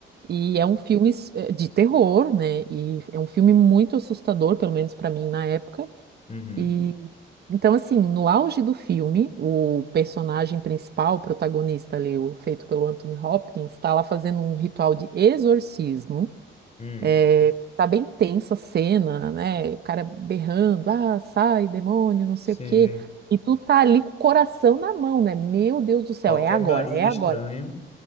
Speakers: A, on the right; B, on the left.
A: e é um filme eh, de terror, né, e é um filme muito assustador, pelo menos para mim na época.
B: uhum,
A: E então, assim, no auge do filme, o personagem principal, o protagonista ali, o, feito pelo Anthony Hopkins, está lá fazendo um ritual de exorcismo.
B: uhum.
A: É, tá bem tensa a cena, né? O cara berrando, ah, sai, demônio, não sei
B: Sim,
A: o quê.
B: sim.
A: E tu tá ali com o coração na mão, né? Meu Deus do céu,
B: Qualquer
A: é agora,
B: barulho
A: é
B: estranho,
A: agora.